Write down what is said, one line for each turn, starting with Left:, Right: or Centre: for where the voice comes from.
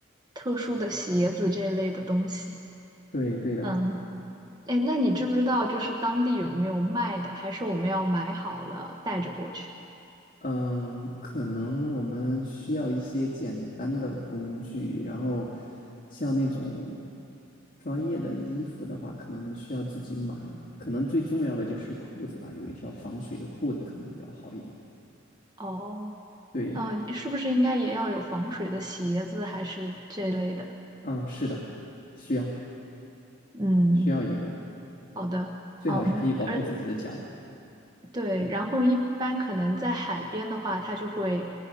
Right: 特殊的鞋子这一类的东西？
Left: 对对的，
Right: 嗯，哎，那你知不知道就是当地有没有卖的，还是我们要买好了带着过去？
Left: 嗯，可能我们需要一些简单的工具，然后像那种专业的衣服的话，可能我们需要自己买。可能最重要的就是裤子吧，有一条防水的裤子可能比较好一点。
Right: 哦，
Left: 对，
Right: 嗯，你是不是应该也要有防水的鞋子，还是这类的？
Left: 啊，是的，需要
Right: 嗯，
Left: 需要一个，
Right: 好的，
Left: 最好是可以保护自己的脚。
Right: 嗯，而对，
Left: 对，
Right: 然后一般可能在海边的话，它就会，